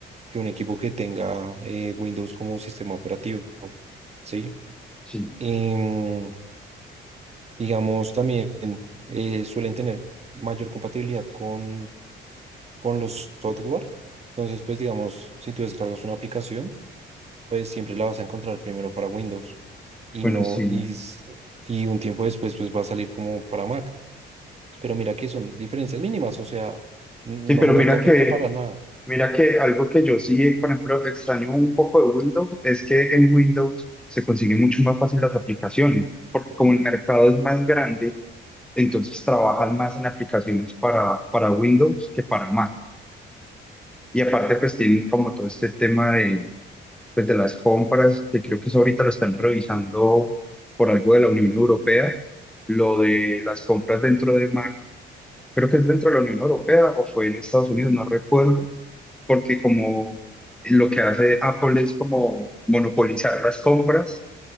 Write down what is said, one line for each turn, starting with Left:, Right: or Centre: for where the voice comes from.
Right: que un equipo que tenga eh, Windows como sistema operativo, ¿sí?
Centre: Sí,
Right: Em, digamos, también eh, suelen tener mayor compatibilidad con, con los software. Entonces, pues digamos, si tú descargas una aplicación, pues siempre la vas a encontrar primero para Windows y
Centre: bueno,
Right: no,
Centre: sí.
Right: y, s- y un tiempo después, pues va a salir como para Mac. Pero mira que son diferencias mínimas, o sea, no,
Centre: Sí, pero
Right: no
Centre: mira
Right: te afecta
Centre: que,
Right: para nada.
Centre: mira que algo que yo sí, por ejemplo, extraño un poco de Windows es que en Windows se consiguen mucho más fácil las aplicaciones, porque como el mercado es más grande, entonces trabajan más en aplicaciones para, para Windows que para Mac. Y aparte, pues tienen como todo este tema de, pues, de las compras, que creo que eso ahorita lo están revisando por algo de la Unión Europea, lo de las compras dentro de Mac, creo que es dentro de la Unión Europea o fue en Estados Unidos, no recuerdo porque como lo que hace Apple es como monopolizar las compras,